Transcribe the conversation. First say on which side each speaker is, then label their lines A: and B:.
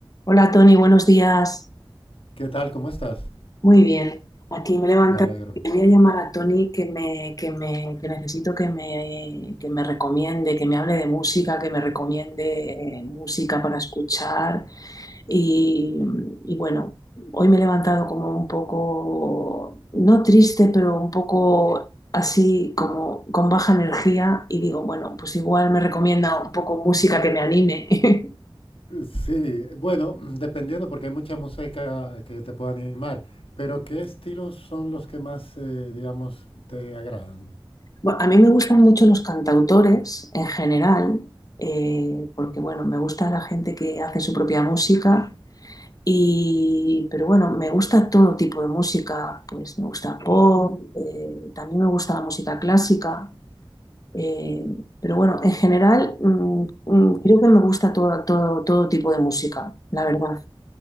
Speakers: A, on the left; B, on the left.
A: Hola Tony, buenos días.
B: ¿Qué tal? ¿Cómo estás?
A: Muy bien. Aquí me he levantado
B: Me alegro.
A: y voy a llamar a Tony que me, que me- que necesito que me, que me recomiende, que me hable de música, que me recomiende eh, música para escuchar. Y, y bueno, hoy me he levantado como un poco, no triste, pero un poco así como con baja energía y digo, bueno, pues igual me recomienda un poco música que me anime. <laughs>
B: Sí, bueno, dependiendo porque hay mucha música que te puede animar, pero ¿qué estilos son los que más, eh, digamos, te agradan?
A: Bueno, a mí me gustan mucho los cantautores en general, eh, porque bueno, me gusta la gente que hace su propia música y, pero bueno, me gusta todo tipo de música, pues me gusta pop, eh, también me gusta la música clásica, eh, pero bueno, en general mm, mm, creo que me gusta todo, todo, todo tipo de música, la verdad.